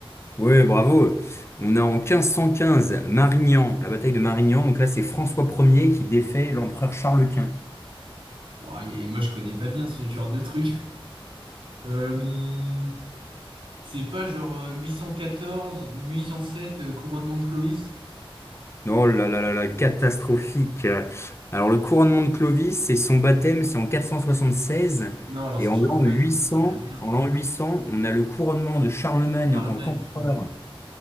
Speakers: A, on the left; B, on the right.
A: Ouais, bravo. On a en quinze cent quinze, Marignan, la bataille de Marignan. Donc là, c'est François Ier qui défait l'empereur Charles Quint.
B: Ouais, et moi je connais pas bien ce genre de truc. Euh, c'est pas genre euh, 814 ou 807, euh, couronnement de Clovis?
A: Oh là là là là, catastrophique. Alors, le couronnement de Clovis, c'est son baptême, c'est en quatre cent soixante seize,
B: Non, alors
A: Et
B: c'est
A: en
B: Charlemagne.
A: l'an 800,
B: C'est de la merde.
A: en l'an 800, on a le couronnement de Charlemagne
B: Charlemagne,
A: en tant qu'empereur
B: putain.